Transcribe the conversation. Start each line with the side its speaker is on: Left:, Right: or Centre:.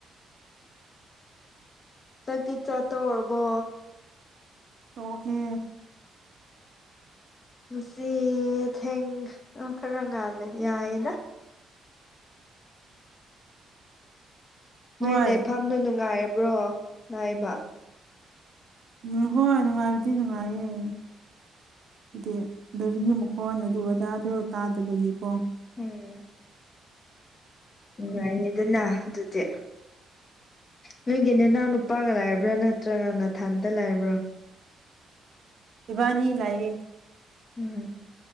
Left: ꯅꯪꯗꯤ ꯆ ꯇ ꯍꯔꯕꯣ
Right: ꯇ ꯏ
Left: ꯉꯁꯤ ꯊꯦꯡ ꯈꯔ ꯅꯥꯜꯂꯦ ꯌꯥꯏꯗ ꯅꯣꯏ
Right: ꯍꯣꯏ
Left: ꯂꯩꯐꯝꯗꯨꯣ ꯅꯨꯡꯉꯥꯏꯕ꯭ꯔꯣ ꯂꯏꯕ
Right: ꯎꯝ ꯍꯣꯏ ꯅꯨꯡꯉꯥꯏꯕꯗꯤ ꯅꯨꯡꯉꯥꯏꯌꯦ ꯑꯗꯨ ꯒꯥꯔꯤ ꯃꯈꯣꯟ ꯑꯗꯨ ꯑꯖꯥꯗ ꯇꯥꯗꯕꯒꯤꯀꯣ
Left: ꯎꯝ ꯅꯨꯡꯉꯥꯏꯌꯦꯗꯅ ꯑꯗꯨꯗꯤ ꯅꯣꯏꯒꯤ ꯅꯅꯥꯎ ꯅꯨꯄꯥꯒ ꯂꯥꯏꯕ꯭ꯔꯥ ꯅꯠꯇ꯭ꯔꯒ ꯅꯊꯥꯟꯇ ꯂꯥꯏꯕ꯭ꯔꯥ
Right: ꯏꯕꯥꯅꯤ ꯂꯑꯌꯦ
Left: ꯎꯝ